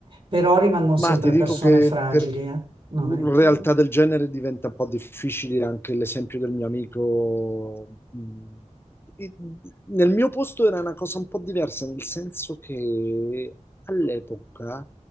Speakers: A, on the right; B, on the left.
A: Però rimangono
B: Ma
A: sempre
B: ti dico
A: persone
B: che
A: fragili,
B: per
A: eh. Non
B: una
A: è che...
B: realtà del genere diventa un po' difficile anche l'esempio del mio amico. Mm, i- Nel mio posto era una cosa un po' diversa, nel senso che all'epoca,